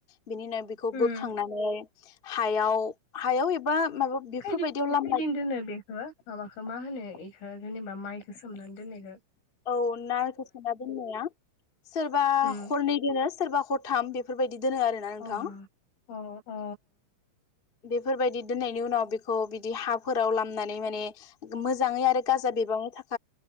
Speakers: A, on the left (about 45°); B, on the left (about 75°).
A: बिनिनो बेखौ
B: उम
A: बोखांनानै हायाव हायाव एबा माबा बेफोरबायदियाव
B: खैदिन नो
A: लामना
B: खैदिन दोनो बेखो माबाखो मा होनो एख ओ जेनेबा माइखो सोमनानै दोननायखो
A: औ नारखो सोमना दोननाया सोरबा
B: उम
A: हरनै दोनोस सोरबा हरथाम बेफोरबायदि। दि दोनो आरो ना नोंथां।
B: अ अ अ
A: बेफोरबायदि दोननायनि उनाव बेखौ बिदि हाफोराव लामनानै माने गो मोजाङै आरो गाजा बिबांनि थाख